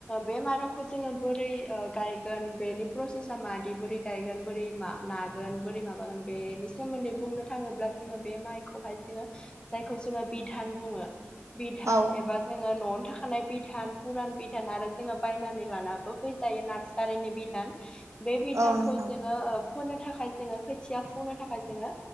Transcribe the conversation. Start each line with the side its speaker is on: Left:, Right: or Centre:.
Left: बे माइरंखौ जोंङो बोरै ओ गायगोन बेनि प्रसेसा मादि बोरै गायगोन बोरै मा नागोन बोरै माबागोन बेनि सोमोन्दै बुंनो थांङोब्ला जोंङो बे माइखौहाय जोंङो जायखौ जोंङो बिधान बुंङो बिधान
Right: औ
Left: एबा जोंङो न'आवनो थाखानाय बिधान पुरान बिधान आरो जोंङो बायनानै लानाबो फैजायो नार्स जारिनि बिधान बे बिधानखौ
Right: औ नोंथां
Left: जोंङो ओ फोनो थाखाय जोंङो खोथिया फुंनो थाखाय जोंङो